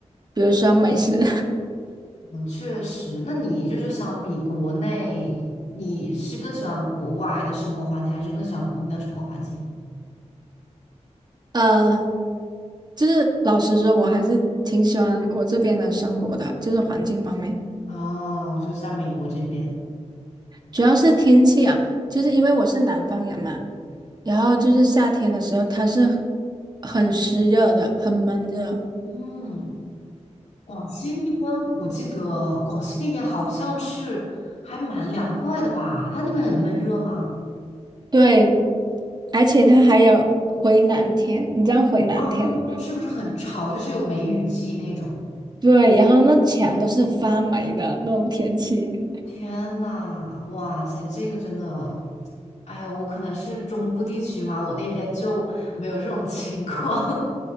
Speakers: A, on the right; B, on the left.
A: 比如说美食，
B: 嗯，确实，那你就是相比国内，你是更喜欢国外的生活环境，还是更喜欢国内的生活环境？
A: <laughs> 呃，就是老实说，我还是挺喜欢我这边的生活的，就是环境方面，
B: 哦，就在美国这边。
A: 主要是天气啊，就是因为我是南方人嘛，然后就是夏天的时候它是很很湿热的，很闷热。的。
B: 嗯，广西那边我记得广西那边好像是还蛮凉快的吧？它那边很闷热吗？
A: 对，而且它还有回南天，你知道回南天吗？
B: 哦，是不是很潮？就是有梅雨季那种。
A: 对，然后那墙都是发霉的那种天气。
B: 天呐，哇塞，这个真的，哎呀，我可能是中部地区嘛，我那边就没有这种 <laughs> 情况。